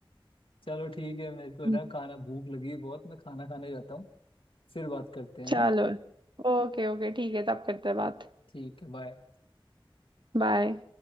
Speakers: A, on the left (about 75°); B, on the right (about 60°).
A: चलो ठीक है मेरे को
B: हम्म।
A: ना खाना भूख लगी है बहुत मैं खाना खाने जाता हूँ फिर बात करते हैं
B: चलो
A: ना
B: ओके ओके ठीक है तब करते हैं बात
A: ठीक है बाय
B: बाय